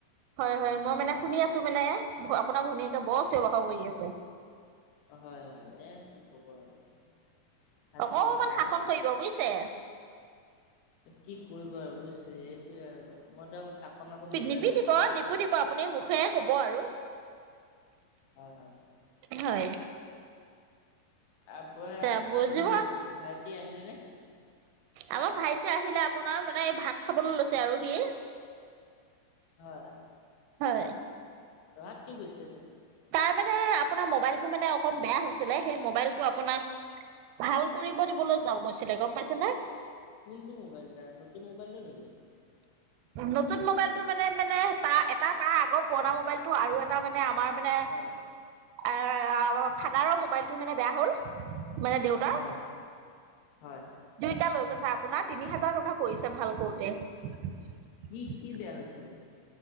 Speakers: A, on the right; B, on the left.
A: হয়, হয়। মই মানে শুনি আছো মানে আপোনাৰ ভনীয়েকে বৰ চিঞৰ- বাখৰ কৰি আছে।
B: হয়, হয়। এ কি ক'ব আৰু শান্তি
A: অকমান
B: নাইকিয়া
A: শাসন
B: হৈছে
A: কৰিব
B: আৰু।
A: বুজিছে
B: কি কৰিবা আৰু বুইছে সেইটোয়ে আৰু। মইতো আকৌ শাসন আকৌ মুখেৰে
A: নিপিটিব
B: নকৰোঁ নহয়
A: নিপু দিব আপুনি মুখেৰে কব আৰু।
B: হয় হয়।
A: হয়
B: আ পৰা
A: তে বুজিব
B: আপোনাৰ লোক ভাইটি আহিলে নে?
A: আমাৰ ভাইটি আহিলে। আপোনাৰ মানে ভাত খাবলৈ লৈছে আৰু সি।
B: হয়।
A: হয়।
B: ৰহাত কি গৈছিলে তে
A: তাৰ মানে আপোনাৰ মোবাইলটো মানে অকন বেয়া হৈছিলে। সেই মোবাইলটো আপোনাক ভাল কৰিব দিবলৈ যাওঁ গৈছিলে। গম পাইছে নে?
B: কোনটো মোবাইল তাৰ? নতুন মোবাইলটো নেকি?
A: নতুন মোবাইলটো মানে মানে তাৰ এটা তাহ আগৰ পুৰণা মোবাইলটো আৰু এটা মানে আমাৰ মানে
B: হয়
A: এ ফাদৰৰ মু মোবাইলটো মানে বেয়া হ'ল। মানে দেউতাৰ
B: হয়, হয়।
A: দুইটা লৈ গৈছে আপোনাৰ তিনি হাজাৰ টকা পৰিছে ভাল কতে
B: কি কি বেয়া হৈছিলে?